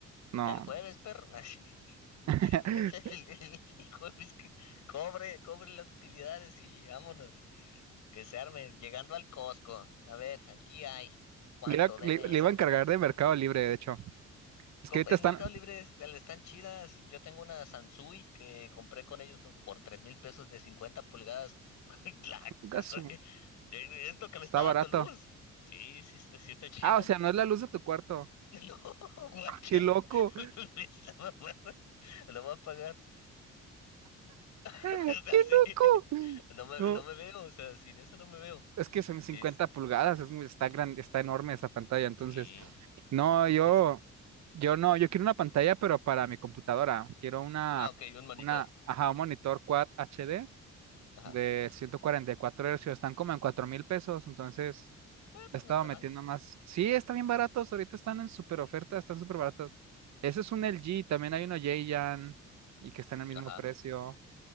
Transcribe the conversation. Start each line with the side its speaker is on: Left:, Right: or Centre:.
Right: no.
Left: Ya el jueves, perro. <laughs>
Right: <laughs>
Left: <laughs> El, el- el jueves que cobre, cobre las utilidades y vámonos. Que se arme. Llegando al Costco. A ver, aquí hay. ¿Cuánto?
Right: Le iba,
Left: Deme
Right: le- le
Left: esa.
Right: iba a encargar de Mercado Libre, de hecho. Es
Left: Co-
Right: que ahorita
Left: En
Right: están.
Left: Mercado Libre est- están chidas. Yo tengo una Sansui que compré con ellos co- por tres mil pesos de 50 pulgadas. <laughs> La-
Right: Gasu,
Left: estoy- eh, es lo que me
Right: está
Left: está
Right: barato.
Left: dando luz. Sí, sí, está, sí está chida.
Right: Ah, o sea, no es la luz de tu cuarto.
Left: <laughs> No, guacha.
Right: Ah, ¡Qué loco!
Left: <laughs> Me está mamando. Lo <laughs> voy a pagar.
Right: ¡Ah,
Left: <laughs> O sea,
Right: ¡Qué
Left: sí.
Right: loco!
Left: No me,
Right: No,
Left: no me veo, o sea, sin eso no me veo.
Right: es que son cincuenta
Left: Sí, sí,
Right: pulgadas, es muy, está grande, está enorme esa pantalla, entonces.
Left: sí,
Right: No, yo,
Left: sí. sí.
Right: yo no, yo quiero una pantalla, pero para mi computadora. Quiero una,
Left: Ah, ok, un monitor.
Right: una, ajá, un monitor Quad HD
Left: Ajá.
Right: de 144 Hz. Están como en cuatro mil pesos, entonces
Left: Eh,
Right: le
Left: pues
Right: estaba
Left: no está
Right: metiendo
Left: mal.
Right: más. Sí, están bien baratos, ahorita están en super oferta, están súper baratos. Ese es un LG, también hay uno Jayan y que está en el mismo
Left: Ajá.
Right: precio.